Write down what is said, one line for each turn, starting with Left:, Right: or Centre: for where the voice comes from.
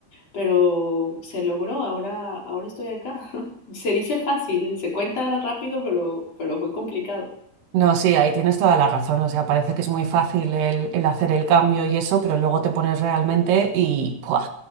Left: Pero se logró, ahora, ahora estoy acá. <laughs> Se dice fácil, se cuenta rápido, pero, pero fue complicado.
Right: No, sí, ahí tienes toda la razón. O sea, parece que es muy fácil el, el hacer el cambio y eso, pero luego te pones realmente y ¡buah!